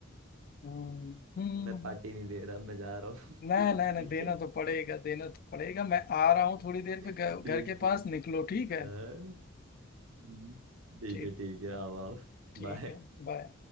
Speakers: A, on the left; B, on the right.
A: हम्म हम्म,
B: मैं पार्टी नहीं दे रहा मैं जा रहा हूँ
A: नहीं नहीं
B: <laughs>
A: नहीं
B: ठीक
A: देना
B: है
A: तो पड़ेगा देना तो पड़ेगा मैं आ रहा हूँ थोड़ी देर पे
B: ठीक
A: घर घर के
B: है
A: पास निकलो
B: हाँ,
A: ठीक है
B: हम्म, ठीक
A: ठीक
B: है ठीक है आओ आओ
A: ठीक
B: बाय
A: है बाय